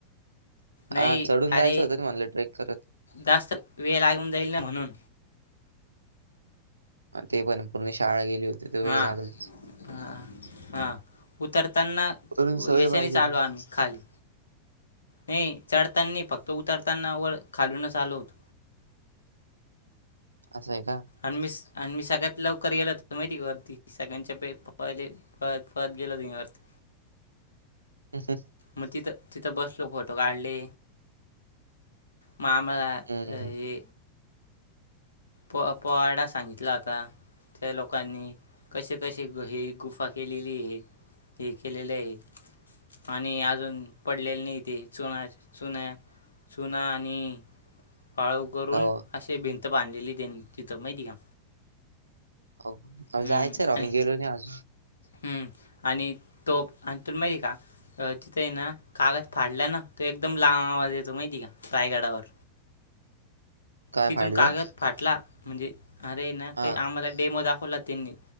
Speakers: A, on the right (about 75°); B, on the left (about 75°).
A: हा
B: नाही
A: चढून जायचं
B: अरे
A: होतं ना म्हणलं, ट्रेक करत.
B: जास्त वेळ लागून जाईल ना म्हणून.
A: ते पण पूर्ण शाळा गेली होती. तर
B: हा
A: वेळ लागलच.
B: हा. हा उतरताना
A: वरून सवय
B: यानानेच
A: पाहिजे मग.
B: आलो आम्ही खाली. ये चढतानी फक्त. उतरताना व खालूनच आलो होतो.
A: असंय का?
B: अण मीस अण मी सगळ्यात लवकर गेलो होतो माहिती का? वरती. सगळ्यांच्या पाहिले. पळत पळत गेलो धिंगा वरती.
A: हम्म हम्म.
B: म तिथं तिथं बसलो. फोटो काढले. मग आम्हां
A: हं,
B: ये प पोवाडा सांगितला होता. त्या लोकांनी. कसे कसे हे गुफा केलेलीये. हे केलेलय. आणि अजून पडलेले नाही ते. चुना चुना चुना आणि पाळव करून,
A: हो,
B: असे भिंत बांधलेलीय त्यांनी तिथं. माहिते का?
A: हो मला
B: हम्म,
A: जायचंय राव.
B: आणि
A: मी गेलो नाही अजून.
B: हम्म आणि तोफ आणि तुला माहितीे का? अ तिथंय ना. कागद फाडला ना, तर एकदम लांब आवाज येतो माहितीय का? रायगडावर.
A: काय
B: तिथून
A: फाडलं?
B: कागद फाटला. म्हणजे अरे ना
A: हां,
B: काही आम्हाला डेमो दाखवला होता त्यांनी.